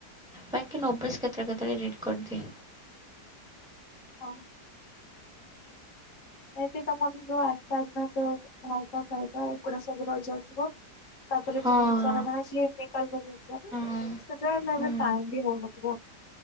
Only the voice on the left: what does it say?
କଣ? ଏଠି ତମର ଯୋଉ <unintelligible> ଏଗୁଡା ସବୁ ରହିଯାଉଥିବ। ତାପରେ
ବହୁତ୍
ସାରା ମାର୍କ ଶ୍ଲିପ ବି। କାଲି ଦେଉନଥିବ ନା
ସେଥିପାଇଁ
ଏବେ ଟାଇମ୍ ବି ହଉ ନଥିବ।